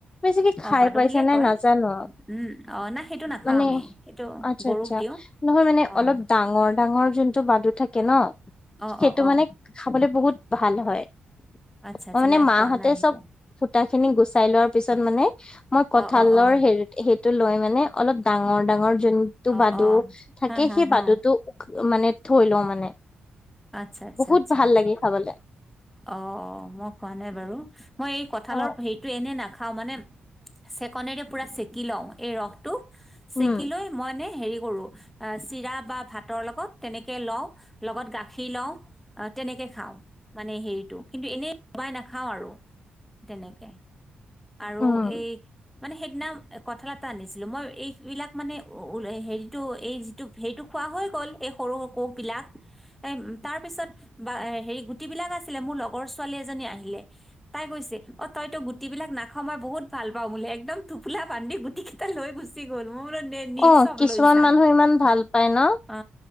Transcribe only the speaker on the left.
চাগে খাই
পাইছা
নে
নাজানো।
মানে,
আচ্ছা
আচ্ছা।
নহয় মানে
অলপ ডাঙৰ ডাঙৰ যোনটো বাদু থাকে ন?
সেইটো
মানে খাবলে বহুত ভাল হয়।
মই
মানে
মা
সতে
চব ফুটা খিনি গুচাই লোৱাৰ পিছত মানে মই কঠালৰ
হেৰি সেইটো লৈ মানে অলপ ডাঙৰ ডাঙৰ যোনটো
বাদু
থাকে
সেই
বাদুটো মানে থৈ লওঁ মানে।
বহুত
ভাল লাগে খাবলে
অ
উম
উম
অ',
কিছুমান
মানুহ ইমান ভাল পায় ন